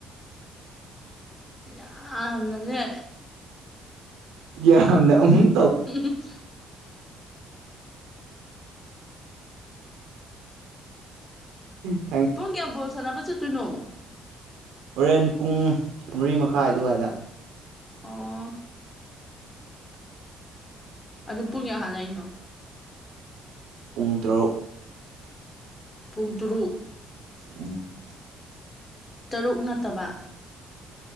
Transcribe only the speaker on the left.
ꯌꯝꯅꯥꯅꯦ
ꯎꯝ
ꯄꯨꯡ ꯀꯌꯥꯗ ꯕꯜꯂ ꯁꯥꯅꯕꯥ ꯆꯠꯇꯣꯏꯅꯣ
ꯑꯣ ꯑꯗꯨ ꯄꯨꯡ ꯀꯌꯥ ꯁꯟꯅꯥꯗꯣꯏꯅꯣ
ꯄꯨꯡ ꯇꯔꯨꯛ
ꯇꯔꯨꯛ ꯅꯠꯇꯕ